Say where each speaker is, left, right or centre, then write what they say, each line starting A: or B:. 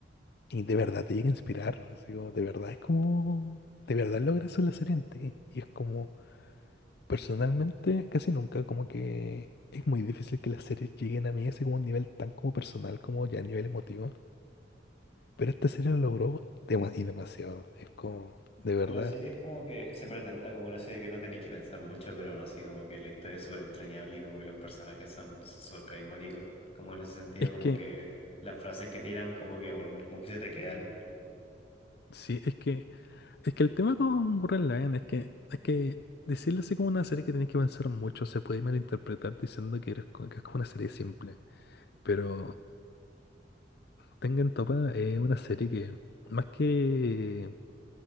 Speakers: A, on the left; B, on the left.
A: y de verdad te llega a inspirar, así como, de verdad es como, de verdad logra eso en la serie en ti. Y es como Personalmente, casi nunca, como que es muy difícil que las series lleguen a mí así como a un nivel tan como personal como ya a nivel emotivo. Pero esta serie lo logró dema- y demasiado. Es como, de verdad.
B: Y la serie es como que se presenta como una serie que no tenéis que pensar mucho, pero aún así como que la historia es súper entrañable y como que los personajes son súper carismáticos, como en ese sentido,
A: Es
B: como
A: que,
B: que las frases que tiran como que aún, como que se te quedan.
A: sí, es que, es que el tema con Gurren Lagann es que, es que decirle así como una serie que tenés que pensar mucho se puede malinterpretar diciendo que, eres co- que es como una serie simple. Pero Tengen Toppa es una serie que, más que,